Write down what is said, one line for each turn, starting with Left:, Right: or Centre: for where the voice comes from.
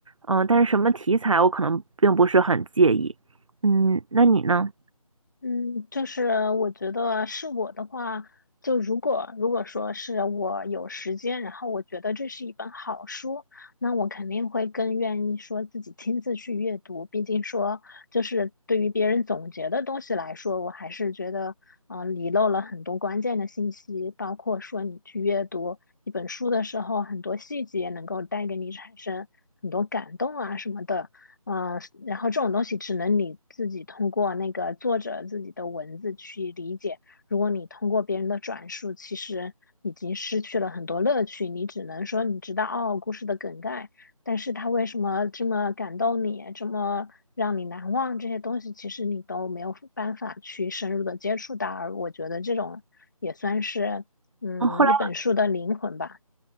Right: 嗯、但是什么题材我可能并不是很介意。嗯，那你呢？
Left: 嗯，就是我觉得是我的话，就如果如果说是我有时间，然后我觉得这是一本好书，那我肯定会更愿意说自己亲自去阅读。毕竟说，就是对于别人总结的东西来说，我还是觉得，嗯、遗漏了很多关键的信息，包括说你去阅读一本书的时候，很多细节能够带给你产生很多感动啊什么的。嗯、呃然后这种东西只能你自己通过那个作者自己的文字去理解。如果你通过别人的转述，其实已经失去了很多乐趣。你只能说你知道哦故事的梗概，但是他为什么这么感动你，这么让你难忘这些东西，其实你都没有办法去深入的接触到。而我觉得这种也算是嗯一本书的灵魂吧。
Right: 哦，后来，